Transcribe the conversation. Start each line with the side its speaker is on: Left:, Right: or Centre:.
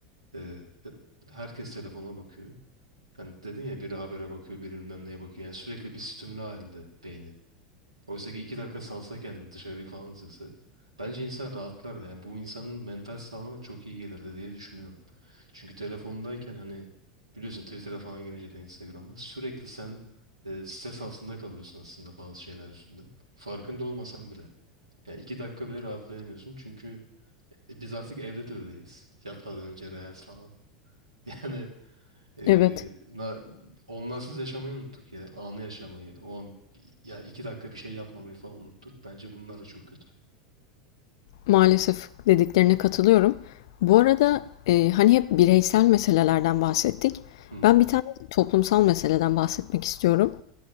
Right: Eee, e, herkes telefonuna bakıyor. Hani dedin ya biri habere bakıyor, biri bilmem neye bakıyor. Yani sürekli bir stimüle halinde beyni. Oysa ki iki dakika salsa kendini dışarıyı falan izlese. Bence insan rahatlar da yani bu insanın mental sağlığına çok iyi gelirdi diye düşünüyorum. Çünkü telefondayken hani biliyorsun Twitter'a falan girince de Instagram'a sürekli sen e, stres altında kalıyorsun aslında bazı şeyler yüzünden. Farkında olmasan bile. Yani iki dakika bile rahatlayamıyorsun çünkü e, biz artık evde de öyleyiz. Yatmadan önce reels falan. <laughs> Yani ee,
Left: Evet.
Right: na, onsuz yaşamayı unuttuk ya. Anı yaşamayı. O an ya iki dakika bir şey yapmamayı falan unuttuk. Bence bunlar da çok kötü.
Left: Maalesef dediklerine katılıyorum. Bu arada, eee, hani hep bireysel meselelerden bahsettik.
Right: Hı hı.
Left: Ben bir tane toplumsal meseleden bahsetmek istiyorum.